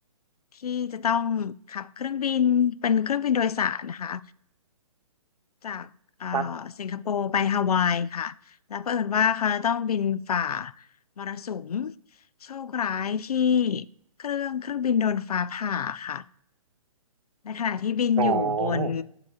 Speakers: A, on the left; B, on the right.
A: ที่จะต้องขับเครื่องบินเป็นเครื่องบินโดยสารนะคะจากเอ่อ
B: ครับ
A: สิงคโปร์ไปฮาวายค่ะแล้วเผอิญว่าเขาจะต้องบินฝ่ามรสุมโชคร้ายที่เครื่องเครื่องบินโดนฟ้าผ่าค่ะในขณะที่บินอยู่บน
B: หมอ